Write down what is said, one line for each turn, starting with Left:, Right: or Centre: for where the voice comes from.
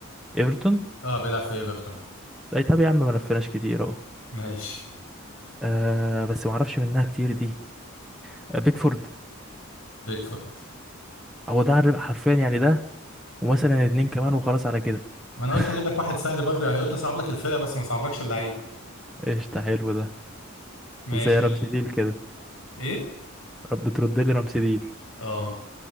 Centre: إيفرتون
Left: اه بيلعب في ايفرتون
Centre: أي طب يا عم ما لفيناش كتير أهو
Left: ماشي
Centre: آه... بس ما أعرفش منها كتير دي آه... بيكفورد
Left: بيج فوت
Centre: هو ده عر- حرفيا يعني ده ومثلا اتنين كمان وخلاص على كده
Left: ما انا
Centre: <laughs>
Left: قلت اجيب لك واحد سهل برضه يعني قلت اصعب لك الفرقه بس ما صعبلكش اللعيب
Centre: قشطة حلو ده
Left: ماشي
Centre: زي رمسيديل
Left: يلا.
Centre: كده
Left: ايه
Centre: رب ترد لي رمسيديل
Left: اه